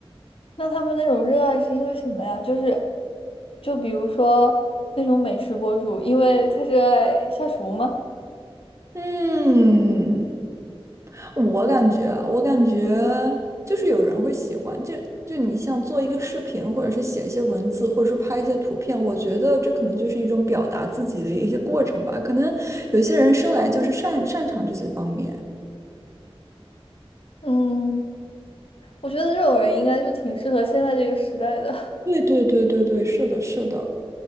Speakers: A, on the left; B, on the right.
A: 那他们那种热爱是因为什么呀？就是，就比如说那种美食博主，因为他热爱下厨吗？
B: 嗯。我感觉啊我感觉就是有人会喜欢，就就你像做一个视频，或者是写一些文字，或者是拍一些图片，我觉得这可能就是一种表达自己的一些过程吧。可能有些人生来就是擅擅长这些方面。
A: 嗯，我觉得这种人应该就挺适合现在这个时代的。<laughs>
B: 对对对对对，是的，是的。